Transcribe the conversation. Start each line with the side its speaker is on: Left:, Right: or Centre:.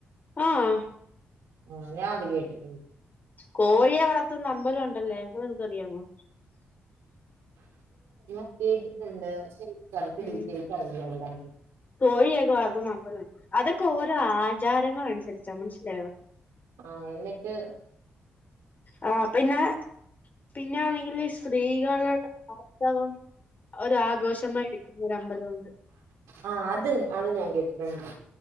Left: ആഹ്
Right: ആ ഞാൻ അത് കേട്ടിട്ടുണ്ട്
Left: കോഴിയെ വളർത്തുന്ന അമ്പലം ഉണ്ടല്ലേ അപ്പൊ നിനക്ക്റിയാമോ
Right: അ കേട്ടിട്ടുണ്ട് ശരി കറക്റ്റ്
Left: ഉം.
Right: ഡിറ്റയിൽസ് അറിയില്ല എല്ലാ
Left: കോഴിയൊക്കെ വളർത്തുന്ന അമ്പലം അതൊക്കെ ഓരോ ആചാരങ്ങള അനുസരിച്ചാ മനസ്സിലായോ
Right: ആ എന്നിട്ട്
Left: ആ പിന്നെ പിന്നൊണെങ്കിൽ സ്ത്രീകളുടെ ആർതവം ഒരു ആഘോഷമായി എടുക്കുന്നര അമ്പലമുണ്ട്
Right: ആഹ അത് അത് ഞാൻ കേട്ടിട്ടണ്ട്